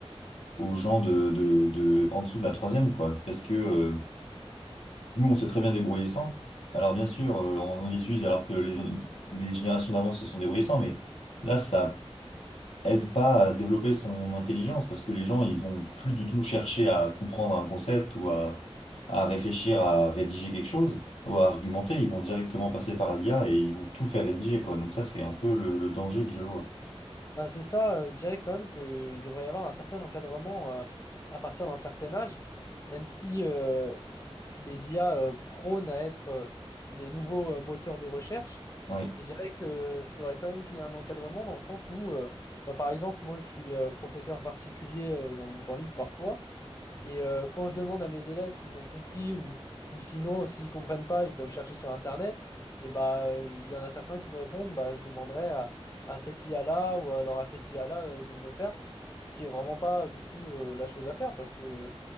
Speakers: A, on the left; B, on the left.
A: aux gens de, de, de en dessous de la troisième, quoi. Parce que euh, nous, on s'est très bien débrouillé sans. Alors bien sûr, euh, on les utilise alors que les, autres- les générations d'avant se sont débrouillées sans, mais là, ça aide pas à développer son intelligence parce que les gens, ils vont plus du tout chercher à comprendre un concept ou à, à réfléchir à rédiger quelque chose ou à argumenter. Ils vont directement passer par l'IA et ils vont tout faire rédiger, quoi. Donc ça, c'est un peu le, le danger que je vois.
B: bah, c'est ça, euh, je dirais quand même qu'il devrait y avoir un certain encadrement euh, à partir d'un certain âge, même si euh, s- les IA euh, prônent à être euh, des nouveaux euh, moteurs de recherche.
A: Ouais.
B: Je dirais que faudrait quand même qu'il y ait un encadrement dans le sens où, euh, bah, par exemple, moi je suis euh, professeur particulier euh, dans mon temps libre parfois. Et euh, quand je demande à mes élèves s'ils ont compris ou, ou sinon, s'ils comprennent pas, ils peuvent chercher sur Internet. Et bah, euh, il y en a certains qui me répondent, bah, je demanderai à, à cette IA-là ou alors à cette IA-là euh, de me le faire. Ce qui est vraiment pas, du coup, euh, la chose à faire parce que